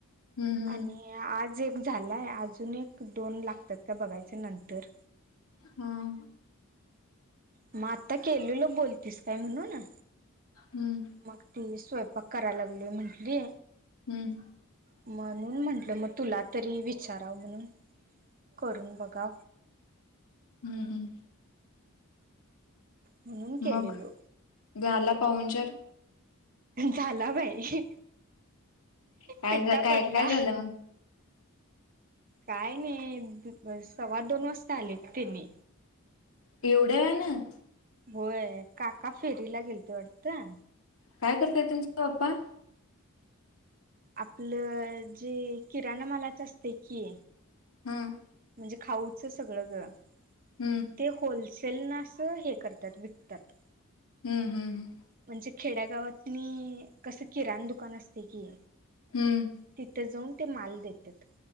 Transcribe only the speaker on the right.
आणि आज एक झालाय अजून एक दोन लागतात त्या बघायच्या नंतर.
मग आत्ता केलेल बोलतीस काय म्हणून ना.
मग ती स्वयंपाक करायला लागली म्हंटली.
म्हणून म्हंटलं मग तुला तरी विचाराव म्हणून करून बघा.
म्हणून केलेलो
झाला बाई
पिट्टा
पडला
काय नाही स्वा दोन वाजता आलेत त्यांनी
होय काका फेरीला गेलते वाटतं
आपलं जे किराणा मलाच असते की
म्हणजे खाऊच सगळं घरं
ते होलसेल ना असं हे करतात विकतात
म्हणजे खेड्यागावातनी कसं किराण दुकान असते की
तिथं जाऊन ते माल देतात